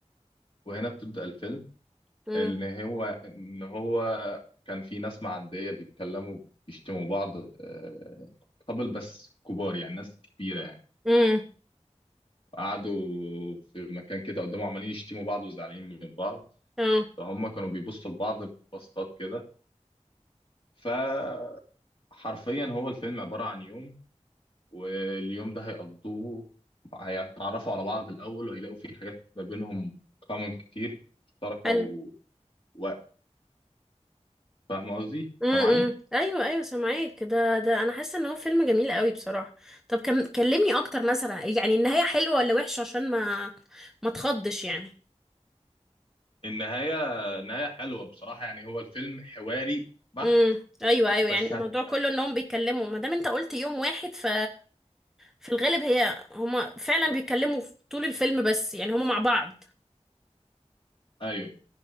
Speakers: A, on the left; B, in the centre.
A: وهنا بتبدأ الفيلم
B: امم
A: إن هو إن هو كان في ناس معدية بيتكلموا بيشتموا بعض آه، قبل بس كبار يعني ناس كبيرة يعني
B: امم
A: وقعدوا في مكان كده قدامه عمالين يشتموا بعض وزعلانين من بعض
B: اه
A: فهم كانوا بيبصوا لبعض ببصات كده فحرفيا هو الفيلم عبارة عن يوم واليوم ده هيقضوه هيتعرفوا على بعض الأول وهيلاقوا فيه حاجات ما بينهم كومن كتير مشتركة
B: حلو
A: و... و... فاهم قصدي؟
B: امم
A: سامعني؟
B: ايوه ايوه سامعاك ده ده انا حاسه ان هو فيلم جميل قوي بصراحه طب كم كلمني اكتر مثلا يعني النهايه حلوه ولا وحشه عشان ما ما تخضش يعني
A: النهاية نهاية حلوة بصراحة يعني هو الفيلم حواري بحت
B: امم ايوه ايوه
A: بس
B: يعني الموضوع
A: هت...
B: كله انهم بيتكلموا ما دام انت قلت يوم واحد ف في الغالب هي هما فعلا
A: آه،
B: بيتكلموا في طول الفيلم بس يعني هما مع بعض
A: أيوه